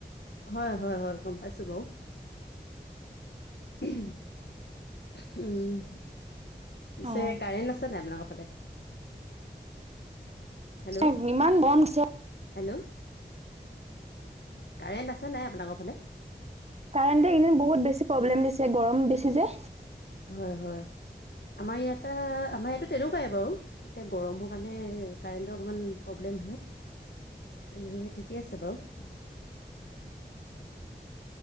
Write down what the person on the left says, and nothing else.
হয় হয় হয় গম পাইছোঁ বাৰু- উম পিছে
কাৰেণ্ট আছে নাই আপোনালোকৰ ফালে- হেল্ল'
হেল্ল' কাৰেণ্ট আছে নাই আপোনালোকৰ ফালে?
হয় হয় আমাৰ ইয়াতে আমাৰ ইয়াতো তেনেকুৱাই বাৰু এতিয়া গৰমৰ কাৰণে কাৰেণ্টৰ অকমান প্ৰব্লেম হয়। এনে ঠিকে আছে বাৰু-